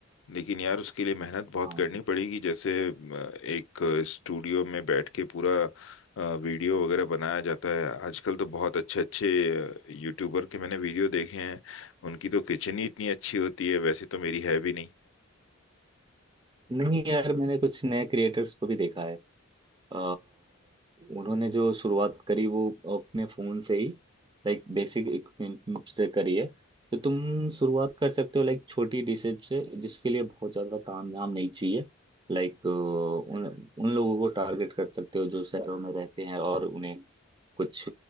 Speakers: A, on the left; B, on the right.
A: लेकिन यार उसके लिए मेहनत बहुत
B: हाँ
A: करनी पड़ेगी जैसे अ, एक स्टूडियो में बैठ के पूरा अ, वीडियो वगैरह बनाया जाता है आजकल तो बहुत अच्छे अच्छे यूट्यूबर के मैंने वीडियो देखे हैं उनकी तो किचन ही इतनी अच्छी होती है वैसे तो मेरी है भी नहीं
B: नहीं यार मैंने कुछ नए क्रिएटर्स को भी देखा है अ, उन्होंने जो शुरुआत करी वो अपने फोन से ही लाइक बेसिक इक्विपमेंट से करी है तो तुम शुरुआत कर सकते हो लाइक छोटी डिशेज से जिसके लिए बहुत ज्यादा तामझाम नहीं चाहिए लाइक उन उन लोगों को टारगेट कर सकते हो जो शहरों में रहते हैं और उन्हें कुछ